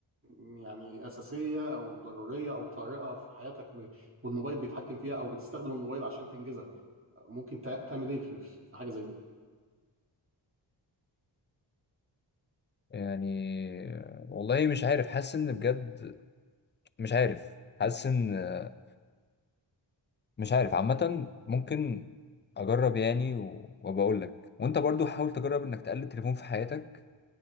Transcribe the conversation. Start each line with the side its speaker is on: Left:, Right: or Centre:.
Right: يعني أساسية أو ضرورية أو طارئة في حياتك ب- والموبايل بيتحكم فيها أو بتستخدم الموبايل عشان تنجزها ممكن تع- تعمل إيه في في- في حاجة زي دي؟
Left: يعني آه، والله مش عارف حاسس إن بجد مش عارف حاسس إن آه، مش عارف عامة ممكن أجرب يعني و- وبقول لك وأنت برضو حاول تجرب إنك تقلل التليفون في حياتك